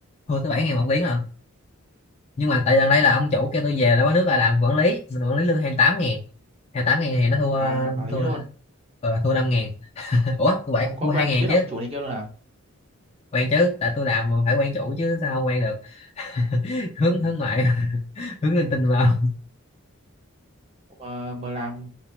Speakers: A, on the left (about 30°); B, on the right (about 25°).
A: thua tới 7 ngàn một tiếng
B: <laughs> Ừ,
A: lần nhưng mà tại gần đây là ông chủ kêu tôi về là quán nước là làm quản lý mình quản lý lương hai mươi tám ngàn hai mươi tám ngàn thì nó thua
B: À, quản lý
A: thua
B: luôn.
A: ờ, thua năm ngàn ủa tôi bạn
B: Không có
A: tôi
B: quen
A: hai ngàn
B: biết
A: chứ
B: ông chủ này kia luôn à?
A: quen chứ tại tôi làm mà phải quen chủ chứ sao không quen được <laughs> hướng
B: Ừ.
A: hướng ngoại <laughs> hướng linh tinh mà không.
B: Mà, mà làm